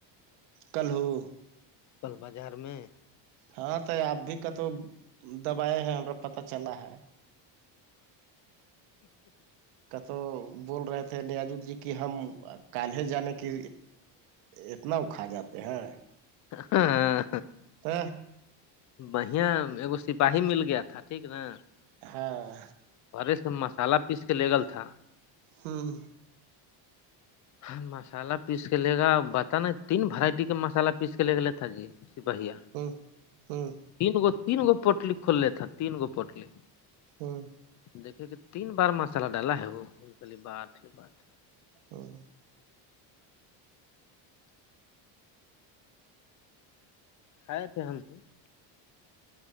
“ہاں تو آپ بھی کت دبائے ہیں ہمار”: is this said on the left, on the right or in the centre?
Right